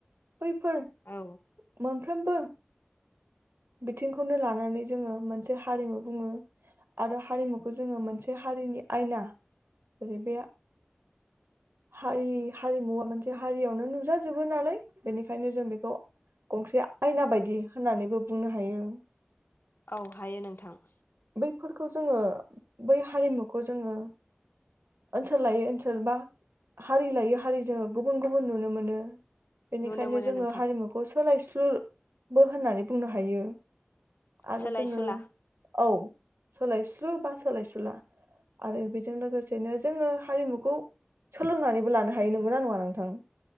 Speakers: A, on the right; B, on the left.
A: बैफोर
B: औ
A: मोन फ्रोमबो बिथिंखौनो लानानै जोङो मोनसे हारिमु बुङो आरो हारिमुखौ जोङो मोनसे हारिनि आयना जेरै बे हारि हारिमुवा मोनसे हारियावनो नुजाजोबो नालाय बेनिखायनो जों बेखौ गंसे आयना बायदि होननानैबो बुंनो हायो।
B: औ हायो नोंथां।
A: बैफोरखौ जोङो बै हारिमुखौ जोङो ओनसोल लायै ओनसोल बा हारि लायै हारि जोङो गुबुन गुबुन नुनो मोनो। बेनिखायनो
B: नुनो मोनो
A: जोङो
B: नोंथां
A: हारिमुखौ सोलायस्लु बो होननानै बुंनो हायो। आरो
B: सोलाय
A: जोङो
B: सुला
A: औ सोलायस्लु बा सोलायसुला आरो बेजों लोगोसेनो जोङो हारिमुखौ सोलोंनानैबो लानो हायो। नंगौना नङा नोंथां?